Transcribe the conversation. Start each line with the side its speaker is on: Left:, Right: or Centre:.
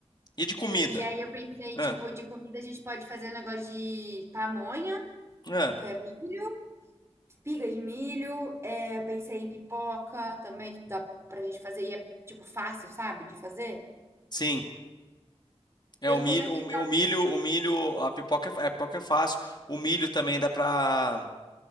Left: E de comida?
Right: E aí eu pensei,
Left: Ah,
Right: tipo, de comida a gente pode fazer um negócio de pamonha,
Left: ah,
Right: que é milho, espiga de milho. é, eu pensei em pipoca também, que dá pra gente fazer e é, tipo, fácil, sabe, de fazer.
Left: sim. É
Right: Eu
Left: o milho,
Right: tenho aquele
Left: o, mi- o milho, o milho, a pipoca é, a pipoca é fácil. O milho também dá pra,